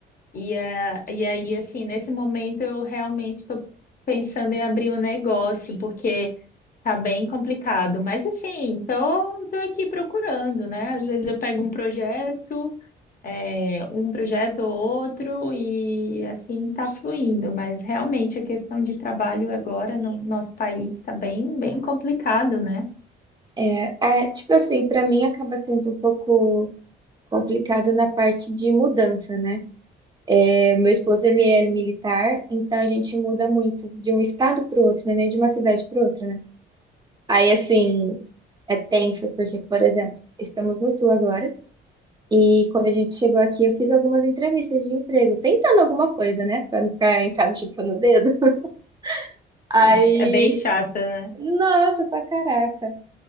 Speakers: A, on the left; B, on the right.
A: E, é, e aí, assim, nesse momento eu realmente estou pensando em abrir um negócio, porque tá bem complicado. Mas, assim, tô, tô aqui procurando, né? Às vezes eu pego um projeto, é, um projeto ou outro, e assim tá fluindo. Mas realmente a questão de trabalho agora no nosso país está bem, bem complicado, né?
B: É, é, tipo assim, pra mim acaba sendo um pouco complicado na parte de mudança, né? É, Meu esposo, ele é militar, então a gente muda muito de um estado para o outro, né? Nem de uma cidade para outra, né? Aí, assim, é tenso, porque, por exemplo, estamos no Sul agora, e quando a gente chegou aqui, eu fiz algumas entrevistas de emprego, tentando alguma coisa, né? Pra não ficar em casa chupando o dedo. <laughs> Aí,
A: E É bem chata, né?
B: nossa, pra caraca.